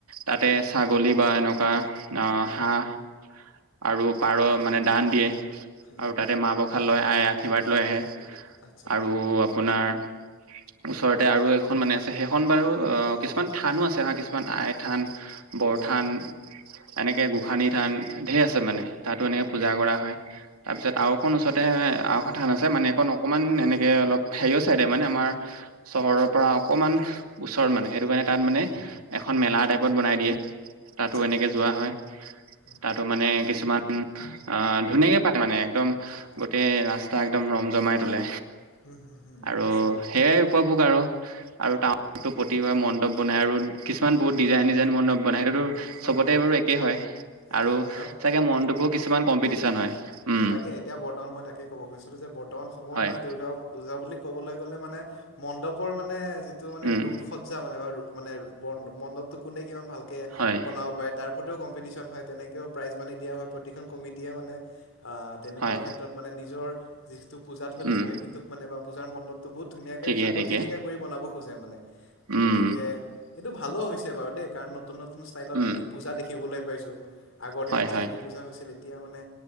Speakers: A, on the right; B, on the left.
A: তাতে ছাগলী বা এনেকুৱা অ হাঁহ আৰু পাৰ মানে দান দিয়ে
B: ডান
A: আৰু তাতে মাহ প্ৰসাদ লয় আই আশীৰ্বাদ লৈ আহে
B: আচ্ছা
A: আৰু আপোনাৰ ওচৰতে আৰু এখন মানে আছে সেইখন বাৰু অ কিছুমান থানো আছে কিছুমান আই থান বৰঠান
B: হয় হয়
A: এনেকে গোসানী থান ঢেৰ আছে মানে তাতো এনেকে পূজা কৰা হয় তাৰপিছত আওখন ওচৰতে আখন থান আছে মানে এখন অকণমান এনেকে অলপ হেৰিয় চাইডে মানে আমাৰ চহৰৰ পৰা অকমান ওচৰ মানে সেইটো কাৰণে তাত মানে এখন মেলা টাইপত বনাই দিয়ে তাতো
B: আচ্ছা
A: এনেকে যোৱা হয়
B: উম
A: তাতো মানে কিছুমান আহ ধুনীয়াকে মানে একদম
B: পাতে
A: গোটেই ৰাস্তা একদম ৰম জমাই তোলে
B: হুম হুম হুম
A: আৰু
B: বুজিছোঁ
A: সেইয়াই উপভোগ আৰু আৰু টাউনতটো প্ৰতিভাৰ মণ্ডপ বনাই আৰু কিছুমান
B: মণ্ডপ
A: ত
B: বনাই
A: দি যায় নিজান মন সতো
B: হয়
A: চবতে
B: হয়
A: বোৰ একেই হয়
B: একে
A: আৰু
B: হয়
A: চাগে মনটোপোৰ কিছুমান কম্পিটিশন হয় উম
B: ম তাকে এতিয়া বৰ্তমান মই তাকে ক'ব খুজিছিলো যে বৰ্তমান সময়ত
A: হয়
B: মানে দুৰ্গা পওজা বুলি ক'বলৈ গ'লে মানে মণ্ডপৰ মানে যিটো মানে
A: উম
B: ৰূপসজ্জা মানে বা মানে ব মণ্ডপটো কোনে কিমান ভালকে
A: হয়
B: বনাব পাৰে তাৰ প্ৰতিও কম্পিটিশন হয় তেনেকেও প্ৰাইজ মানি দিয়া হয় প্ৰতিখন কমিটিয়ে মানে আহ তেনেকুৱা
A: হয়
B: ক্ষেত্ৰত মানে নিজৰ টো পূজা থলী
A: উম
B: হয় সেইটোক মানে বা পূজাৰ মণ্ডপটো বহুত ধুনীয়াকে
A: ঠিকে
B: জাকত
A: ঠিকে
B: জিলিকা কৰি বনাব খোজে মানে
A: উম
B: গতিকে সেইটো ভালো হৈছে বাৰু দেই কাৰণ নতুন নতুন নতুন ষ্টাইলত
A: উম
B: আমি পূজা দেখিবলৈ পাইছো আগৰ দিনত
A: হয়
B: যেনেকে
A: হয়
B: পূজা হৈছিল এতিয়া মানে